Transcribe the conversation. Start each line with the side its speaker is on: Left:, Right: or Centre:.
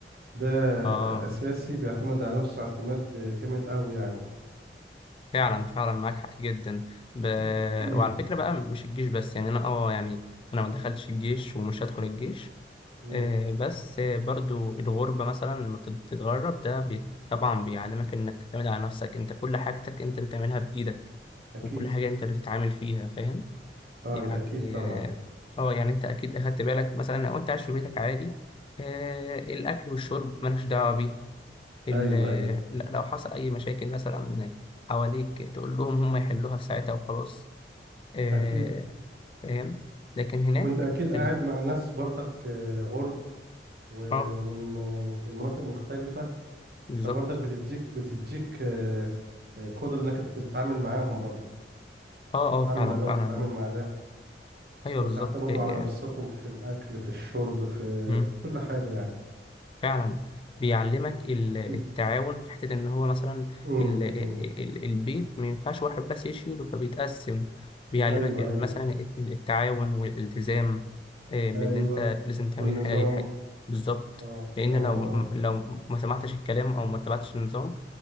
Right: ده
Left: اه
Right: أساسي بيعتمد على نفسه اعتماد جامد قوي يعني
Left: فعلا فعلا معاك حق جدا ب...
Right: <coughs>
Left: وعلى فكرة بقى مش الجيش بس يعني انا اه يعني انا ما دخلتش الجيش ومش هدخل الجيش
Right: مم.
Left: آه، بس آه، برضو الغربة مثلا لما بت- بتتغرب ده بي... طبعا بيعلمك انك تعتمد على نفسك انت كل حاجتك انت اللي بتعملها بايدك
Right: أكيد
Left: وكل حاجة انت اللي بتتعامل فيها فاهم
Right: أه
Left: يعني
Right: أكيد طبعا
Left: اه آه، يعني انت اكيد اخدت بالك مثلا لو انت عايش في بيتك عادي آه، الاكل والشرب مالكش دعوة بيه ال-
Right: أيوه أيوه
Left: لا- لو حصل أي مشاكل مثلا حواليك تقول لهم هم يحلوها في ساعتها وخلاص آه،
Right: أكيد
Left: فاهم لكن هناك
Right: وأنت أكيد
Left: في
Right: قاعد
Left: ال...
Right: مع ناس برضك آه، غرب ومن
Left: اه
Right: آه، من مناطق مختلفة
Left: بالظبط
Right: فبرضك بتديك بتديك آه، آه، قدرة إنك أنت بتتعامل معاهم برضك
Left: اه اه
Right: تتعامل
Left: فعلا
Right: مع ده
Left: فعلا
Right: وتتعامل مع ده
Left: أيوه
Right: وتعتمدوا
Left: بالظبط إيه
Right: على
Left: يعني
Right: نفسكم في الأكل في الشرب في,
Left: مم.
Right: في كل حاجة يعني
Left: فعلا بيعلمك ال- التعاون
Right: <coughs>
Left: في حتة إن هو مثلا
Right: مم.
Left: ال- ال-
Right: مم.
Left: البيت ما ينفعش واحد بس يشيله فبيتقسم بيعلمك
Right: أيوه
Left: إن
Right: أيوه
Left: مثلا الت- التعاون والالتزام آه، بإن
Right: ايوه
Left: أنت لازم تعمل
Right: والنظام
Left: حاجة دي حاجة بالظبط
Right: اه
Left: لأن
Right: اه
Left: لو
Right: اه
Left: لو ما سمعتش الكلام أو ما تبعتش النظام